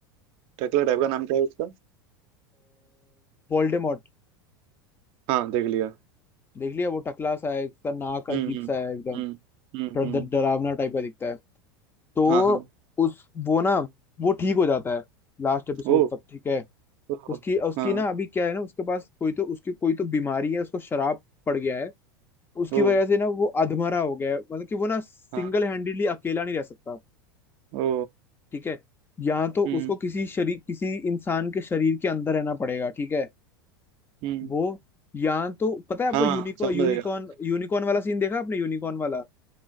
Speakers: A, on the right (about 50°); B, on the left (about 20°).
A: टकला टाइप का नाम क्या है उसका
B: वोल्डेमॉर्ट
A: हाँ देख लिया
B: देख लिया वो टकला सा है उसका नाक
A: हम्म
B: अजीब
A: हम्म
B: सा है एकदम
A: हम्म हम्म
B: थोड़ा
A: हम्म,
B: डर- डरावना टाइप का दिखता है तो
A: हाँ हाँ
B: उस वो ना वो ठीक हो जाता है लास्ट एपिसोड
A: ओ
B: तक ठीक है
A: ओ
B: उसकी उसकी
A: हाँ
B: ना अभी क्या है ना उसके पास कोई तो उसकी कोई तो बीमारी है उसको शराब पड़ गया है उसकी
A: ओ
B: वजह से ना वो अधमरा हो गया है मतलब कि वो ना सिंगल
A: हाँ
B: हैंडेडली अकेला नहीं रह सकता
A: ओ
B: ठीक है या तो
A: हम्म
B: उसको किसी शरीर किसी इंसान के शरीर के अंदर रहना पड़ेगा ठीक है
A: हम्म
B: वो या तो पता है आपको
A: हाँ
B: यूनिको
A: समझ
B: यूनिकॉर्न
A: गया
B: यूनिकॉर्न वाला सीन देखा आपने यूनिकॉर्न वाला